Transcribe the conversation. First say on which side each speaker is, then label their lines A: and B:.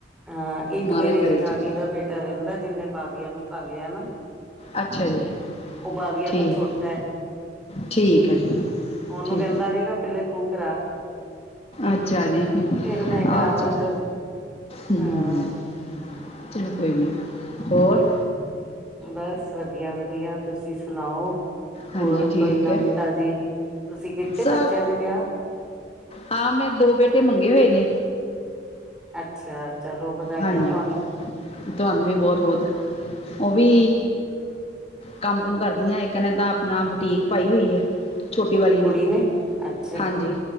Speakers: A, in the centre; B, on the left.
A: ਅਹ ਇੱਕ
B: ਮਹਾਰਾਜ
A: ਮੇਰੀ ਜਠਾਨੀ
B: ਕਰੇ ਚਲੋ
A: ਦਾ ਬੇਟਾ ਰਹਿੰਦਾ ਜਿਹਨੇ ਬਵੀਆ ਨੂੰ ਕਰ ਲਿਆ ਨਾ
B: ਅੱਛਾ ਜੀ
A: ਉਹ ਬਵੀਆ
B: ਠੀਕ
A: ਤੋਂ ਛੋਟ ਹੈ
B: ਠੀਕ ਹੈ ਜੀ
A: ਉਹਨੂੰ
B: ਠੀਕ
A: ਕਹਿੰਦਾ ਰਹੇਗਾ ਪਹਿਲੇ ਕਰਾ
B: ਅਛਾ ਜੀ
A: ਫੇਰ ਮੈਂ ਕਰਾਵਾਂਗਾ
B: ਆ ਚਲੋ ਹਮ
A: ਹਾਂ
B: ਚਲੋ ਕੋਈ ਨਹੀਂੀ ਹੋਰ
A: ਬਸ ਵਧੀਆ ਵਧੀਆ ਤੁਸੀਂ ਸੁਣਾਓ
B: ਹਾਂਜੀ
A: ਹੋਰ
B: ਠੀਕ
A: ਕੋਈ ਨਵੀਂ
B: ਹੈ
A: ਤਾਜ਼ੀ ਤੁਸੀਂ ਕਿਤੇ
B: ਸਭ
A: ਬੱਚਿਆਂ ਦੇ ਵਿਆਹ
B: ਹਾਂ, ਮੈਂ ਦੋ ਬੇਟੇ ਮੰਗੇ ਹੋਏ ਨੇ।
A: ਅੱਛਾ। ਚਲੋ ਵਧਾਈਆਂ
B: ਹਾਂਜੀ,
A: ਤੁਹਾਨੂੰ
B: ਤੁਹਾਨੂੰ ਵੀ ਬਹੁਤ-ਬਹੁਤ। ਉਹ ਵੀ ਕੰਮ ਕੁਮ ਕਰਦੀਆਂ, ਇੱਕ ਨੇ ਤਾਂ ਆਪਣਾ ਬੁਟੀਕ ਪਾਈ ਹੋਈ ਹੈ। ਛੋਟੀ ਵਾਲੀ
A: ਕੁੜੀ
B: ਨੇ,
A: ਅੱਛਾ
B: ਹਾਂਜੀ